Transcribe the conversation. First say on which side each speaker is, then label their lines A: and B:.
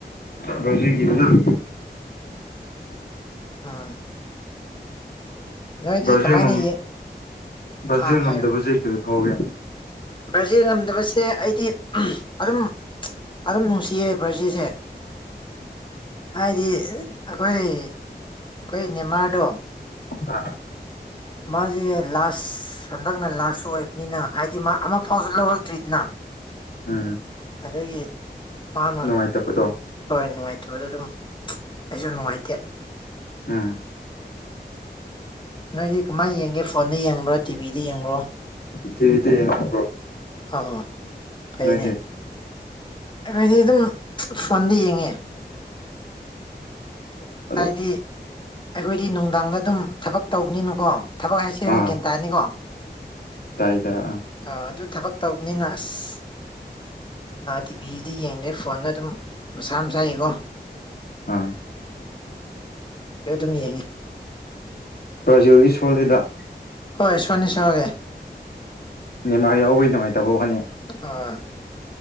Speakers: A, on the left; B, on the left.
A: ꯕ꯭ꯔꯥꯖꯤꯜꯒꯤꯗꯨꯗꯪ
B: ꯎꯝ ꯅꯣꯏꯗꯤ
A: ꯕ꯭ꯔꯥꯖꯤꯜ
B: ꯀꯃꯥꯏꯅ
A: ꯉꯝ
B: ꯌꯦ
A: ꯕ꯭ꯔꯥꯖꯤꯜ
B: ꯑꯥ
A: ꯉꯝꯗꯕꯁꯦ
B: ꯍꯥꯏꯔꯣ
A: ꯀꯔꯤ ꯐꯥꯎꯒꯦ
B: ꯕ꯭ꯔꯥꯖꯤꯜ ꯉꯝꯗꯕꯁꯦ ꯑꯩꯗꯤ ꯑꯗꯨꯝ ꯑꯗꯨꯝ ꯅꯨꯡꯁꯤꯌꯦ ꯕ꯭ꯔꯥꯖꯤꯜꯁꯦ ꯍꯥꯏꯗꯤ ꯑꯩꯈꯣꯏ ꯑꯩꯈꯣꯏ ꯅꯦꯃꯥꯔꯗꯣ
A: ꯑꯥ
B: ꯃꯥꯁꯦ ꯂꯥꯁ ꯍꯟꯗꯛꯅ ꯂꯥꯁꯁꯨ ꯑꯣꯏꯕꯅꯤꯅ ꯍꯥꯏꯗꯤ ꯃꯥ ꯑꯃ ꯐꯥꯎꯁꯨ ꯂꯧꯔꯛꯇ꯭ꯔꯤꯗꯅ
A: ꯎꯝ
B: ꯑꯗꯨꯒꯤ ꯃꯥꯅ
A: ꯅꯨꯡꯉꯥꯏꯇꯕꯗꯣ
B: ꯍꯣꯏ ꯅꯨꯡꯉꯥꯏꯇꯕꯗꯣ ꯑꯗꯨꯝ ꯑꯩꯁꯨ ꯅꯨꯡꯉꯥꯏꯇꯦ
A: ꯎꯝ
B: ꯅꯣꯏꯗꯤ ꯀꯃꯥꯏꯅ ꯌꯦꯡꯒꯦ ꯐꯣꯟꯗ ꯌꯦꯡꯕ꯭ꯔꯣ ꯇꯤꯚꯤꯗ ꯌꯦꯡꯕ꯭ꯔꯣ
A: ꯇꯤꯚꯤꯗ ꯌꯦꯡꯕ꯭ꯔꯣ
B: ꯑꯣ ꯑꯣ ꯐꯩꯅꯦ
A: ꯅꯣꯏꯗꯤ
B: ꯌꯩꯈꯣꯏꯗꯤ ꯑꯗꯨꯝ ꯐꯣꯟꯗ ꯌꯦꯡꯉꯦ
A: <unintelligible>
B: ꯍꯥꯏꯗꯤ ꯑꯩꯈꯣꯏꯗꯤ ꯅꯨꯡꯗꯥꯡꯗ ꯑꯗꯨꯝ ꯊꯕꯛ ꯇꯧꯕꯅꯤꯅꯀꯣ ꯊꯕꯛ ꯍꯥꯏꯁ ꯅꯪ
A: ꯑꯥ
B: ꯒ꯭ꯌꯥꯟ ꯇꯥꯅꯤꯀꯣ
A: ꯇꯥꯏ ꯇꯥꯏ ꯑꯥ
B: ꯑ ꯑꯗꯨ ꯊꯕꯛ ꯇꯧꯕꯅꯤꯅ ꯑꯁ ꯇꯤꯚꯗꯤ ꯌꯦꯡꯗꯦ ꯐꯣꯟꯗ ꯑꯗꯨꯝ ꯃꯁꯥ ꯃꯁꯥꯒꯤꯀꯣ
A: ꯎꯝ
B: ꯑꯗꯨꯝ ꯌꯦꯡꯉꯦ
A: ꯕ꯭ꯔꯥꯖꯤꯜꯗꯤ ꯁꯣꯜꯂꯤꯗ
B: ꯍꯣꯏ ꯁꯣꯟꯗꯤ ꯁꯣꯜꯂꯦ
A: ꯅꯦꯏꯃꯥꯔ ꯌꯥꯎꯕꯩ ꯅꯨꯡꯉꯥꯏꯇꯕ ꯋꯥꯅꯤ
B: ꯑꯥ